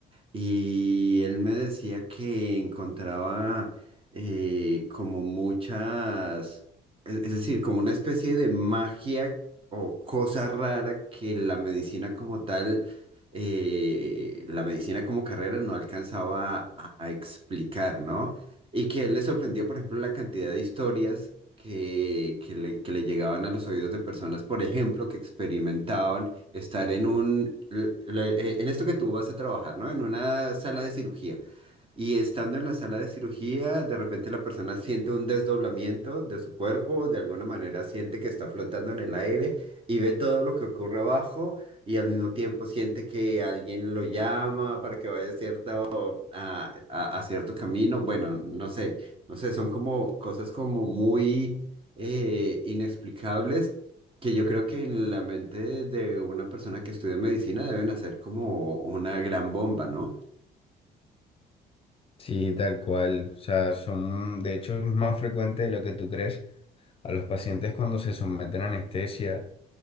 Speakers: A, on the right; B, on the left.
A: Y él me decía que encontraba eh, como muchas, es, es decir, como una especie de magia o cosa rara que la medicina como tal, eh, la medicina como carrera no alcanzaba a, a explicar, ¿no? Y que le sorprendió, por ejemplo, la cantidad de historias que, que le, que le llegaban a los oídos de personas, por ejemplo, que experimentaban estar en un, l- l- eh, en esto que tú vas a trabajar, ¿no? En una sala de cirugía. Y estando en la sala de cirugía, de repente la persona siente un desdoblamiento de su cuerpo, de alguna manera siente que está flotando en el aire y ve todo lo que ocurre abajo y al mismo tiempo siente que alguien lo llama para que vaya a cierta a, a- a cierto camino. Bueno, no sé, no sé, son como cosas como muy eh, inexplicables que yo creo que en la mente de una persona que estudia medicina deben hacer como una gran bomba, ¿no?
B: Sí, tal cual. O sea, son, de hecho, es más frecuente de lo que tú crees. A los pacientes cuando se someten a anestesia,